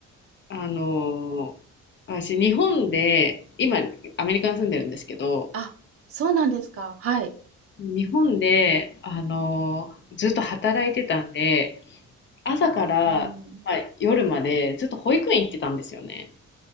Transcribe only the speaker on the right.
あ、そうなんですか。はい。
うん。